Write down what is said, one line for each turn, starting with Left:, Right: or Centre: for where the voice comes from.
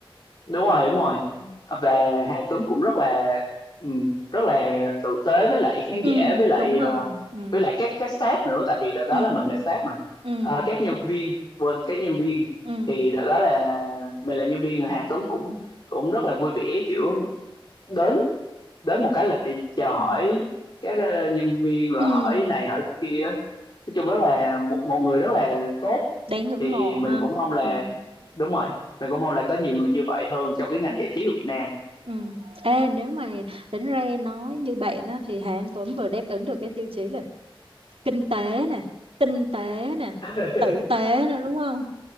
Left: đúng rồi đúng rồi
Right: Ừ,
Left: và Hà Tuấn cũng rất là ừm, rất là tử tế với lại khán
Right: Ừ,
Left: giả với lại
Right: đúng rồi,
Left: ờ,
Right: ừ,
Left: với lại các các staff nữa tại vì đợt đó
Right: ừ,
Left: là mình là staff mà
Right: ừ,
Left: Ờ, các nhân viên quên các nhân viên
Right: ừ,
Left: thì đợt đó là mình làm nhân viên rồi Hà Tuấn cũng cũng rất là vui vẻ kiểu đến đến một cái là phải chào hỏi
Right: ừ,
Left: các ờ, nhân viên rồi
Right: ừ,
Left: hỏi này hỏi kia nói chung rất là một, một người rất là tốt
Right: đáng ngưỡng
Left: thì
Right: mộ
Left: mình
Right: ha.
Left: cũng mong là
Right: Ừ.
Left: đúng rồi mình cũng mong là có nhiều người như vậy hơn trong cái ngành giải trí của Việt Nam
Right: Ừ. Ê, nếu mà tính ra nói như bạn á, thì Hà Anh Tuấn vừa đáp ứng được cái tiêu chí là kinh tế nè, tinh tế nè,
Left: <laughs>
Right: tử tế nè đúng không?